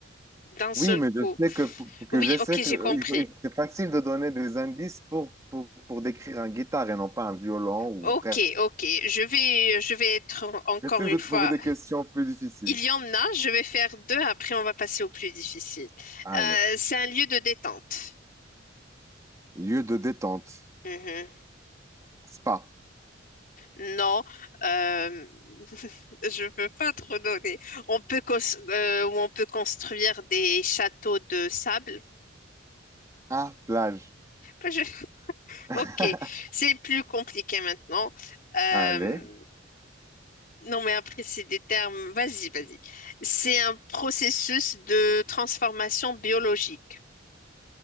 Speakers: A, on the left; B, on the right.
A: d'un seul
B: Oui, mais
A: coup.
B: je sais que, que
A: Oui,
B: je sais
A: ok,
B: que
A: j'ai
B: euh,
A: compris.
B: il faut- c'est facile de donner des indices pour, pour, pour décrire un guitare et non pas un violon ou
A: Ok,
B: bref.
A: ok, je vais, je vais être en- encore
B: J'essaie
A: une
B: de trouver
A: fois.
B: des questions plus difficiles.
A: Il y en a, je vais faire deux, après on va passer au plus difficile.
B: Allez,
A: Euh, c'est un lieu de détente.
B: lieu de détente,
A: Mhm.
B: spa,
A: Non, euh, <laughs> je peux pas trop donner. On peut cons- euh, ou on peut construire des châteaux de sable.
B: ah, plage.
A: Je- <laughs>
B: <laughs>
A: Ok, c'est plus compliqué maintenant. Euh,
B: Allez,
A: Non, mais après, c'est des termes. Vas-y, vas-y. C'est un processus de transformation biologique.